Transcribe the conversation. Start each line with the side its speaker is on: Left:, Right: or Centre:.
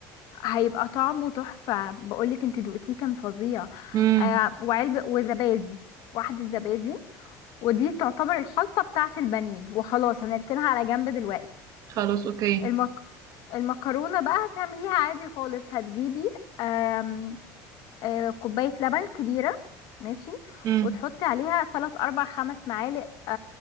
Left: هيبقى طعمه تحفة بقولك انت دوقتيه كان فظيع
Right: امم
Left: آه وعلبة وزبادي واحدة زبادي ودي تعتبر الخلطة بتاعة البانيه وخلاص هنركنها على جنب دلوقتي
Right: خلاص اوكي
Left: المك... المكرونة بقى هتعمليها عادي خالص هتجيبي آم... آه، كوباية لبن كبيرة ماشي
Right: مم.
Left: وتحطي عليها 3 4 5 معالق